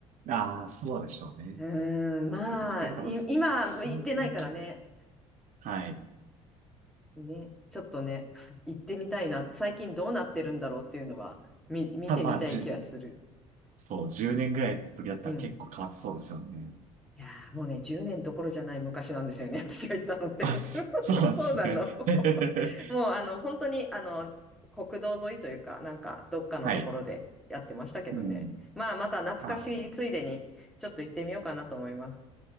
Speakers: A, on the right; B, in the centre.
A: ああ、そうでしょうね。
B: うーん、まあ、
A: 結構多分、
B: い今行ってないからね。
A: そういう感じ、はい。
B: ね、ちょっとね、<laughs> 行ってみたいな。最近どうなってるんだろうっていうのは、み、見てみたい気はする。
A: たぶん、まあ、じゅ、そう、10年ぐらいぶりだったら結構変わってそうですよね。
B: うん。いやー、もうね、10年どころじゃない昔なんですよね、私が行ったのって。
A: あ、そそうなんですね。
B: <laughs> そうなの。
A: <laughs>
B: <laughs> もう、あの、本当に、あの、国道沿いというか、なんか、どっかのところでやってましたけどね。
A: はい。うん。
B: まあ、また懐かしいついでに、
A: あ
B: ちょっと行ってみようかなと思います。